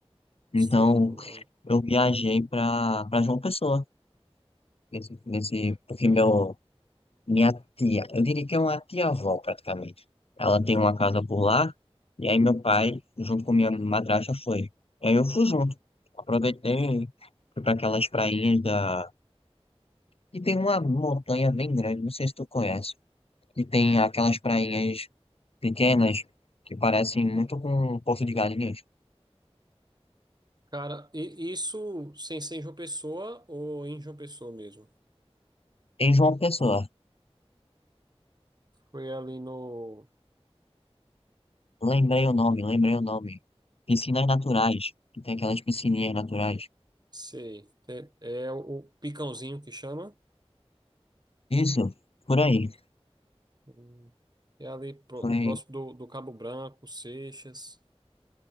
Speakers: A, on the left (about 65°); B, on the right (about 40°).
A: Então,
B: Sei como é.
A: eu viajei pra, pra João Pessoa, nesse, nesse, porque meu, minha tia, eu diria que é uma tia-avó praticamente. Ela tem uma casa por lá, e aí meu pai, junto com minha madrasta, foi. E aí eu fui junto. Aproveitei, fui para aquelas prainhas da. E tem uma montanha bem grande, não sei se tu conhece. E tem aquelas prainhas pequenas que parecem muito com um Poço de Galinhas.
B: Cara, e isso sem ser em João Pessoa ou em João Pessoa mesmo?
A: Em João Pessoa,
B: Foi ali no.
A: lembrei o nome, lembrei o nome. Piscinas naturais, que tem aquelas piscininhas naturais.
B: Sei. te- É o Picãozinho que chama.
A: Isso, por aí.
B: Hum. É ali pró-
A: Foi
B: próximo do, do Cabo Branco, Seixas.